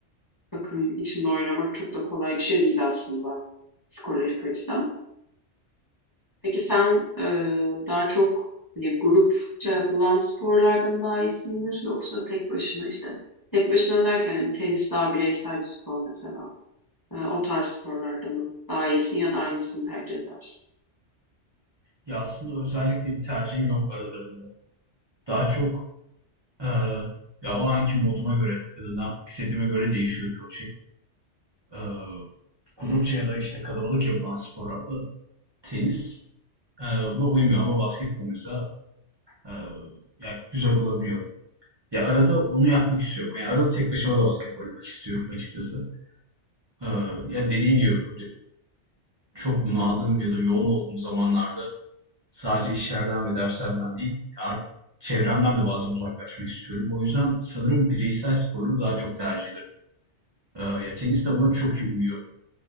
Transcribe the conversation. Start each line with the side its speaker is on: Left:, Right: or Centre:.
Left: takım içinde oynamak çok da kolay bir şey değil aslında psikolojik açıdan. Peki sen e, daha çok hani grupça yapılan sporlarda mı daha iyisindir yoksa tek başına işte tek başına derken hani tenis daha bireysel bir spor mesela. Ee, o tarz sporlarda mı? Daha iyisin ya da aynısını tercih edersin.
Right: Ya aslında özellikle bir tercihim yok aralarında. Daha çok Eee, ya o anki moduma göre ya da ne yapmak istediğime göre değişiyor çoğu şey. Eee, grupça ya da işte kalabalık yapılan sporlarda tenis eee, buna uymuyor ama basketbol mesela eee, yani güzel olabiliyor. Ya arada onu yapmak istiyorum. Yani arada tek başıma da basket oynamak istiyorum açıkçası. Eee, ya dediğim gibi böyle çok bunaldığım ya da yoğun olduğum zamanlarda sadece işlerden ve derslerden değil, ar- çevremden de bazen uzaklaşmak istiyorum. O yüzden sanırım bireysel sporları daha çok tercih ediyorum. Ee, ya tenis de buna çok iyi uyuyor.